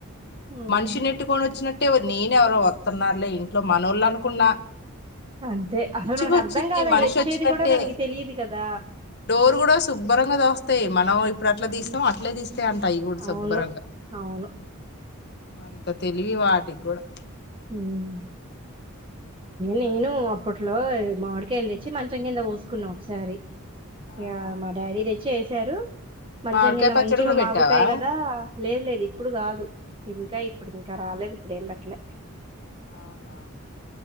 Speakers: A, on the right; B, on the left.
A: హ్మ్.
B: మనిషి నెట్టుకోని ఒచ్చిన న్ నేను ఎవరో ఒత్తున్నారులే ఇంట్లో మనోళ్ళు అనుకున్నా
A: అంతే. అసలు
B: చిగోచ్చింది
A: మనకర్థం గాదు అయ్యొచ్చేది
B: మనిషి ఒచ్చినట్టే
A: గూడా మనకి తెలీదు కదా!
B: డోర్ గుడా శుభ్రంగా తోస్తయ్ మనం ఇప్పుడు ఎట్లా తీస్తాం అట్లే తీస్ అంట అయి గూడ
A: అవును.
B: శుభ్రంగా
A: అవును.
B: అంత తెలివి వాటికి గుడా
A: ఉమ్ నేనూ అప్పట్లో మాడికాయల్ దెచ్చి మంచం కింద పోస్కున్న ఒకసారి
B: ఆహా
A: యా మా డాడీ దె చేసారు మంచం
B: మామిడికాయ
A: కింద
B: పచ్చడి
A: మంచిగా
B: కూడా
A: మాగుతాయ్
B: పెట్టావా
A: గదా లేదు లేదు ఇప్పుడు కాదు ఇంక ఇప్పుడు ఇంక రాలేదు ఇప్పుడు ఏం పెట్టలే
B: ఔనా